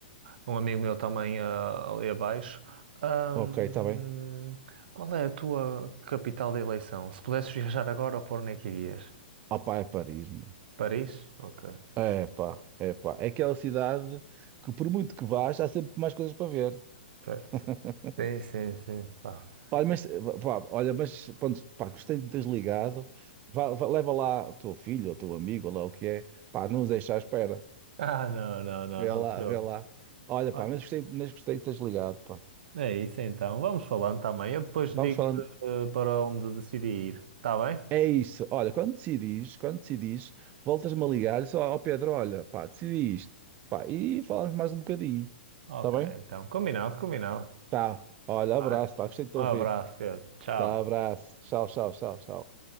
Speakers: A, on the right (about 65°); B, on the right (about 30°).
A: um amigo meu também ah, ali abaixo. Ahm,
B: Ok, está bem.
A: qual é a tua capital de eleição? Se pudesses viajar agora, por onde é que irias?
B: Opá, é Paris, meu.
A: Paris? Ok,
B: É pá, é pá. É aquela cidade que, por muito que vás, há sempre mais coisas para ver.
A: certo.
B: <laughs>
A: Sim, sim, sim. Pá, sim.
B: Olha, mas, pá, olha, mas pronto, pá, gostei de teres ligado. Vá- vá- leva lá o teu filho, ou o teu amigo, ou lá o que é. Pá, não nos deixa à espera.
A: Ah, não, não, não,
B: Vê
A: não
B: lá,
A: te preocupes.
B: vê lá. Olha,
A: Olha,
B: pá, mas gostei, mas gostei de teres ligado, pá.
A: É isso então, vamos falando também. Eu depois
B: Vamos
A: digo-te
B: falando.
A: ah, para onde decidi ir, está bem?
B: É isso. Olha, quando decidis, quando decidis, voltas-me a ligar e só, ó Pedro, olha, pá, decidi isto. Pá, e falamos mais um bocadinho.
A: Ok,
B: Está bem?
A: então, combinado, combinado.
B: Tá. Olha,
A: Vai.
B: abraço, pá, gostei de te
A: Um
B: ouvir.
A: abraço, Pedro. Tchau.
B: Tá, abraço. Tchau, tchau, tchau, tchau.